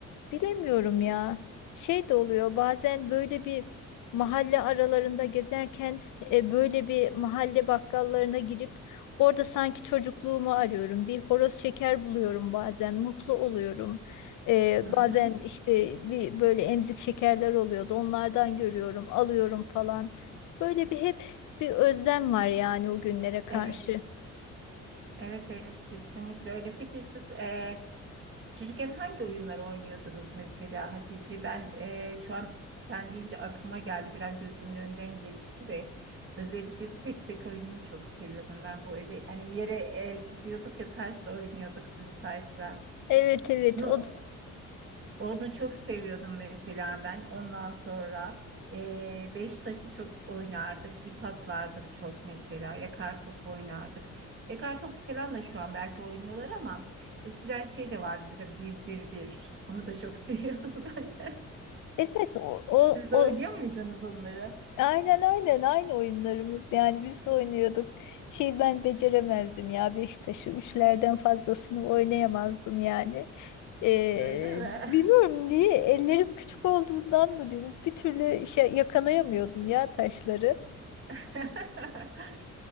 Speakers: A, on the left; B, on the right.
A: bilemiyorum ya. Şey de oluyor bazen böyle bir mahalle aralarında gezerken e, böyle bir mahalle bakkallarına girip orada sanki çocukluğumu arıyorum. Bir horoz şeker buluyorum bazen mutlu oluyorum. Ee,
B: Hı hı.
A: bazen işte bir böyle emzik şekerler oluyordu onlardan görüyorum alıyorum falan. Böyle bir hep bir özlem var yani o günlere karşı.
B: Evet. Evet evet kesinlikle öyle. Peki siz e, Çocukken hangi oyunlar oynuyordunuz mesela Hatice? Ben e, şu an sen deyince aklıma geldi. Bir an gözümün önünden geçti de. Özellikle seksek oyununu çok seviyordum ben. bu öyle hani yere e, çiziyorduk ya taşla oynuyorduk düz taşla.
A: Evet evet
B: Bunu
A: o
B: onu çok seviyordum mesela ben. Ondan sonra eee beş taşı çok oynardık. ip atlardık çok mesela. Yakar topu oynardık. Yakar topu falan da şu an belki oynuyorlar ama eskiden şey de vardı mesela birdir bir. Onu da çok <laughs> seviyordum ben.
A: evet o,
B: Siz
A: o, o
B: de oynuyor muydunuz onları?
A: Aynen aynen aynı oyunlarımız yani biz de oynuyorduk. Şey ben beceremezdim ya Beşiktaş'ı üçlerden fazlasını oynayamazdım yani. Ee,
B: Öyle mi?
A: bilmiyorum niye ellerim küçük olduğundan mı diyeyim, bir türlü şey yakalayamıyordum ya taşları.
B: <laughs>